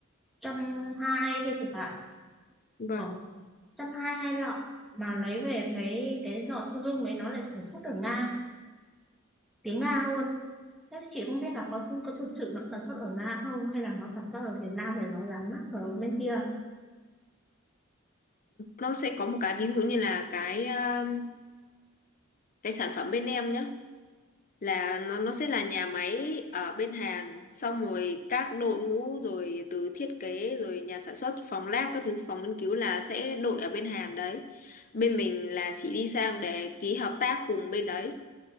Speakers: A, in the centre; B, on the left (about 40°).
A: trăm hai thôi thì phải.
B: Vâng,
A: Ờ, trăm hai hai lọ. Mà lấy về thấy cái lọ serum ấy nó lại sản xuất ở Nga, tiếng Nga luôn. Thế chị không biết là có có thực sự nó sản xuất ở Nga không hay là nó sản xuất ở Việt Nam để nó dán mác ở bên kia
B: nó sẽ có một cái ví dụ như là cái um, cái sản phẩm bên em nhé là nó nó sẽ là nhà máy ở bên Hàn xong rồi các đội ngũ rồi từ thiết kế rồi nhà sản xuất phòng lab các thứ phòng nghiên cứu là sẽ đội ở bên Hàn đấy bên mình là chỉ đi sang để ký hợp tác cùng bên đấy